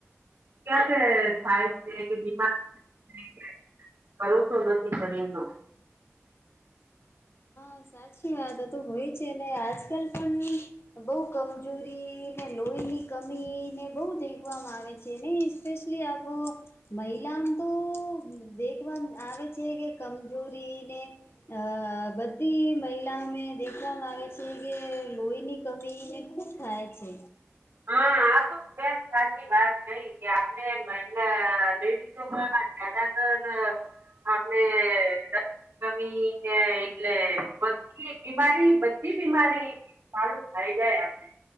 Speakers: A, on the right (about 70°); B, on the left (about 55°).
A: ક્યારે થાય છે કે બિમાર <unintelligible> ભરોસો નથી શરીરનું
B: હા સાચી વાત તો હોય છે ને આજકાલ પણ બઉ કમજોરી કાઈ લોહીની કમીને બહૂ દેખવામાં આવે છે ને સ્પેશલી આપનો મહિલાનું તો દેખવાન આવે છે કે કમજોરીને અહ બ તી મહિલા અમે દેખવામાં આવે છે કે લોહીની કમી ને ખુબ થાય છે
A: હા સાચી વાત કઈ કે આપણેલા <unintelligible> લેડીસોમાં જાડા <unintelligible> આપને ટમીને એટલે બધી બીમારી બધી બીમારી ચાલુ થાય જાય આપણે